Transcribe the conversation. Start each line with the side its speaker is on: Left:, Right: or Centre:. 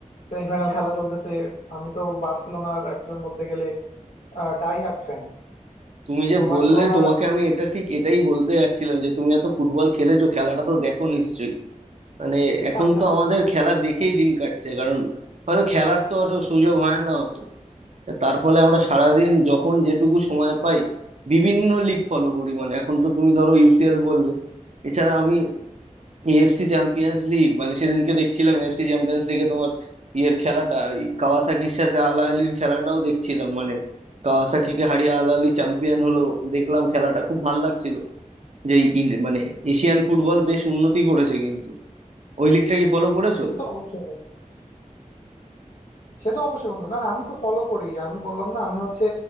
Left: সেমিফাইনাল খেলা চলতেছে আমি তো বার্সেলোনার একজন বলতে গেলে ডাই হার্ট ফ্যান
Right: তুমি যে
Left: তো বার্সেলোনার
Right: বললে তোমাকে আমি এটা ঠিক এটাই বলতে যাচ্ছিলাম যে তুমি এত ফুটবল খেলেছো খেলাটা তো দেখো নিশ্চয়ই মানে এখন
Left: <laughs>
Right: তো আমাদের খেলা দেখেই দিন কাটছে কারণ হয়তো খেলার তো আর সুযোগ হয় না অত তার ফলে আমরা সারাদিন যখন যেটুকু সময় পাই বিভিন্ন লিগ ফলো করি মানে এখন তো তুমি ধরো ইউসিএল বললে এছাড়া আমি এএফসি চ্যাম্পিয়ন্স লিগ মানে সেদিনকে দেখছিলাম এএফসি চ্যাম্পিয়ন্স লিগে তোমার ইয়ের খেলাটা এই কাওয়াসাকির সাথে আল আহলির খেলাটাও দেখছিলাম মানে কাওয়াসাকিকে হারিয়ে আল আহলি চ্যাম্পিয়ন হলো দেখলাম খেলাটা খুব ভাল লাগছিল যে এই ইন- মানে এশিয়ান ফুটবল বেশ উন্নতি করেছে কিন্তু ওই লিগটা কি ফলো করেছো
Left: সে তো অবশ্যই বন্ধু সে তো অবশ্যই বন্ধু না না আমি তো ফলো করি আমি বললাম না আমি হচ্ছে